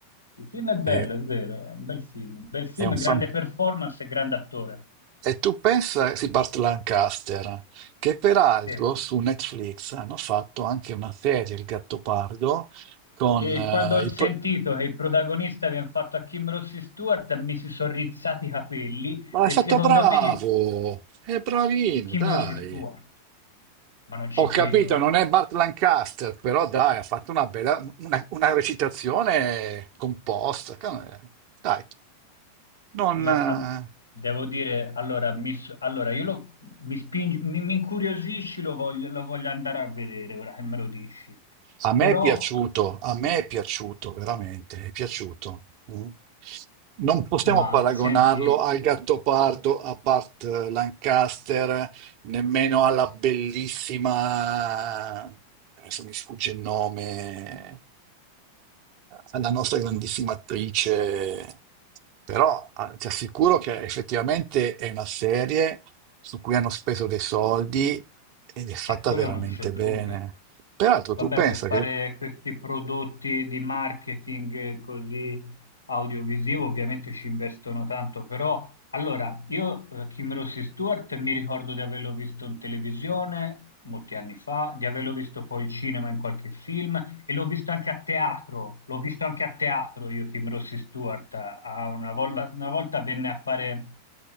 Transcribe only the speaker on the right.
è,
è un fan-
e tu pensa, sì, Burt Lancaster, che peraltro
su Netflix hanno fatto anche una serie, il Gattopardo, con
eh,
il...
pro-
Ma
è stato
bravo,
è bravino,
dai.
Ho
capito, non è Bart Lancaster, però dai, ha fatto una bella, una, una recitazione composta. ca- Dai, non,
eh,
a me
è piaciuto, a me è piaciuto, veramente, è piaciuto. Mm. Non possiamo
paragonarlo
al Gattopardo, a Bart Lancaster, nemmeno alla bellissima, adesso mi sfugge il nome, alla nostra grandissima attrice, però ah, ti assicuro che effettivamente è una serie su cui hanno speso dei soldi ed è fatta
veramente
bene. Peraltro,
tu pensa
che,